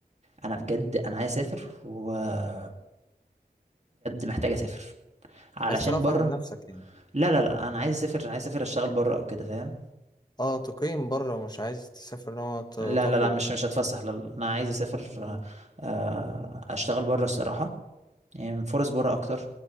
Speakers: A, on the right; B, on the left.
A: انا بجد انا عايز اسافر وبجد محتاج اسافر علشان
B: عايز ترفع
A: بره
B: عن نفسك يعني
A: لا لا لا انا عايز اسافر عايز اسافر اشتغل بره او كده فاهم
B: اه تقيم بره مش عايز تسافر نوع ت-
A: لا
B: تخرج
A: لا لا مش
B: وكده.
A: مش هتفسح لا لا. انا عايز اسافر
B: مم.
A: آه، اشتغل بره الصراحه يعني فرص بره اكتر